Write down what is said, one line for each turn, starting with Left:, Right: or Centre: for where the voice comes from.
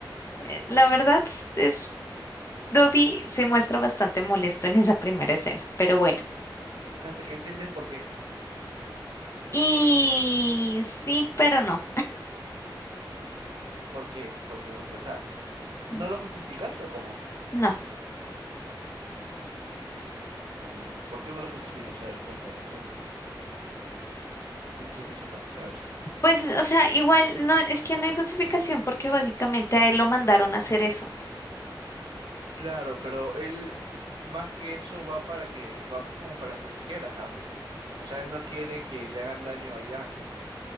Left: eh, la verdad es, es- Dobby se muestra bastante molesto en esa primera escena, pero bueno.
Right: Hasta que entiendes por qué,
Left: Y sí, pero no.
Right: por qué, por qué, por qué. O sea, ¿no
Left: Mm,
Right: lo justificas o cómo?
Left: No.
Right: Mm, ¿Por qué no lo justificas? A ver, cuéntame. No, en- no entiendo esa parte. A ver.
Left: Pues, o sea, igual no, es que no hay justificación porque básicamente a él lo mandaron a hacer eso.
Right: Claro, pero él, más que eso, va para que, va po- como para proteger a Harry. O sea, él no quiere que le hagan daño allá.